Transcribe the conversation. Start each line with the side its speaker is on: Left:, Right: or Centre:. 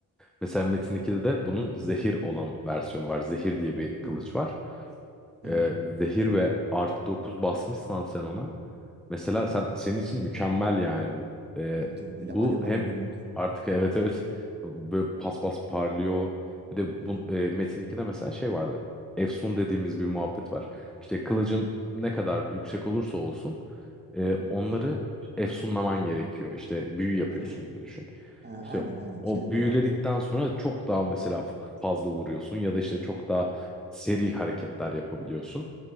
Centre: Mesela Metin ikide de bunun zehir olan versiyonu var. Zehir diye bir kılıç
Right: Hı,
Centre: var.
Right: evet.
Centre: Ee, zehir ve artı 9 basmışsan sen ona Mesela
Right: Hı hı.
Centre: sen senin için mükemmel yani bu. Ee,
Right: Tabii tabii
Centre: bu
Right: böyle alev alev
Centre: hem
Right: yanıyordu falan.
Centre: artık evet evet böyle pas pas parlıyor. Bir de bu
Right: Hı hı.
Centre: e, Metin ikide mesela şey vardı. Efsun dediğimiz bir muhabbet var. İşte kılıcın
Right: Hı hı.
Centre: ne kadar yüksek olursa olsun e,
Right: Evet.
Centre: onları efsunlaman gerekiyor. İşte büyü yapıyorsun
Right: Aha.
Centre: gibi düşün.
Right: Ha,
Centre: İşte
Right: Aynen
Centre: o,
Right: aynen.
Centre: o
Right: Şeyde
Centre: büyüledikten
Right: de vardı.
Centre: sonra çok daha mesela
Right: Hı
Centre: fa-
Right: hı.
Centre: fazla vuruyorsun ya da işte çok daha seri hareketler yapabiliyorsun.